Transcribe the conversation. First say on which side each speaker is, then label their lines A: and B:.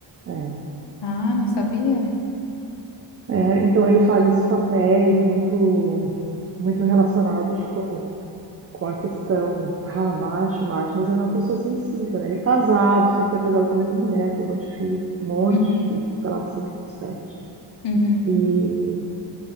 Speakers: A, on the right; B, on the left.
A: É.
B: Ah, não sabia.
A: É, então ele faz esses papéis muito, muito relacionados com, com a questão, ah, macho, macho, mas ele é uma pessoa sensível, né? Ele é casado, sempre foi casado com a mesma mulher, tem um monte de filho, um monte
B: Uhum.
A: de filho, sei lá, cinco, sete.
B: Uhum.
A: E